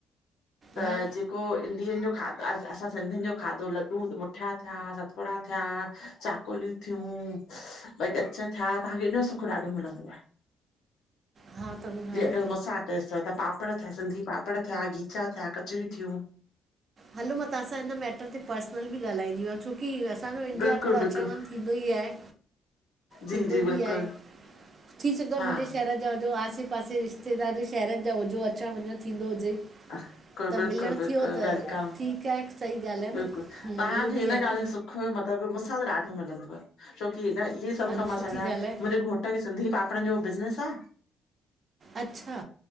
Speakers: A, on the right; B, on the left.
A: हा
B: अं जेको ॾिहनि जो खाधा असां सिंधियुनि जो खाधो लॾूं मुठिया थिया सतपुड़ा थिया चाकोलियूं थियूं भई ॻच थिया तांखे एॾो सुख ॾाढो मिलंदव।
A: हा त हू आहे
B: जी अगरि
A: न
B: मुसां अटैच थिया त पापड़ थिया सिंधी पा पापड़ थिया, खीचा थिया, कचर थियूं
A: हलो मां तव्हांसां हिन मैटर ते पर्सनल बि ॻाल्हाईंदी मां, छोकी असांजो इंडिया
B: बिल्कुलु
A: थोरो
B: बिल्कुलु
A: अचणवञि थींदो ई आहे बि आहे, थींदो
B: जी जी
A: बि
B: बिल्कुलु
A: आहे, थी सघंदो आ मुंहिंजे
B: हा
A: शहर जा जो आसे पासे रिश्तेदार शहरनि जा हुजो अचणु वञणु थींदो हुजे
B: <unintelligible> वेलकम
A: त मिलणु थियो त ठीकु आहे सही ॻाल्हि आहे न
B: बिल्कुलु,
A: हम्म,
B: तव्हांखे
A: उहो
B: हिन
A: बि आहे
B: ॻाल्हि
A: न
B: जो सुख मतलबु मूंसां त ॾाढो छो मिलंदो आहे, छोकि इध इहे सभ
A: हलो
B: कम असां
A: सुठी
B: जा
A: ॻाल्हि आहे
B: मुंहिंजे घोट खे सिंधी पा पडनि जो बिज़नेस आ,
A: अच्छा